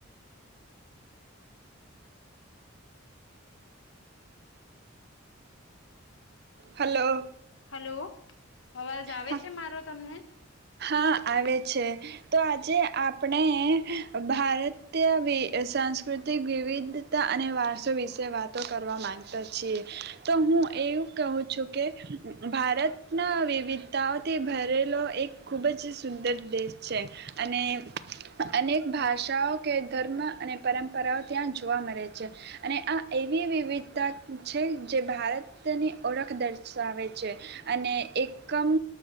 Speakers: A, on the right; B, on the left.
A: હલો
B: હલો અવાજ આવે
A: હા
B: છે મારો તમને
A: આવે છે તો આજે આપણે ભારતીય સાંસ્કૃતિક વિવિધતા અને વારસો વિશે વાતો કરવા માંગતા છીએ તો હું એવું કહું છું કે ભારતના વિવિધતાઓથી ભરેલો એક ખૂબ જ સુંદર દેશ છે અને અનેક ભાષાઓ કે ધર્મ અને પરંપરાઓ ત્યાં જોવા મળે છે અને આ એવી વિવિધતા છે જે ભારતની ઓળખ દર્શાવે છે અને એકમ